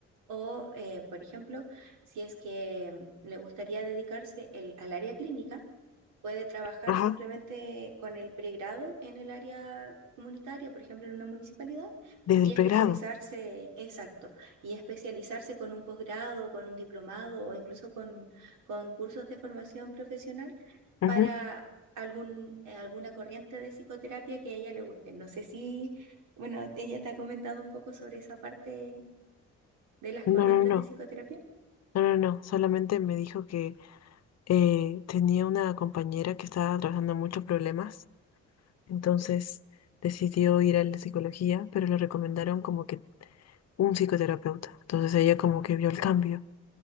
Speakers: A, on the right; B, on the left.
A: O, eh, por ejemplo, si es que le gustaría dedicarse el- al área clínica puede trabajar
B: Ajá,
A: simplemente con el pregrado en el área comunitaria, por ejemplo, en una municipalidad,
B: desde
A: y
B: el
A: especializarse,
B: pregrado.
A: exacto, y especializarse con un posgrado, con un diplomado o incluso con, con cursos de formación profesional
B: Ujú.
A: para algún, eh, alguna corriente de psicoterapia que a ella le guste. No sé si, bueno, ella te ha comentado un poco sobre esa parte de las
B: No,
A: corrientes
B: no, no,
A: de psicoterapia.
B: no, no, no. Solamente me dijo que eh, tenía una compañera que estaba atravesando muchos problemas, entonces decidió ir a la psicología, pero le recomendaron como que un psicoterapeuta. Entonces ella como que vio el cambio.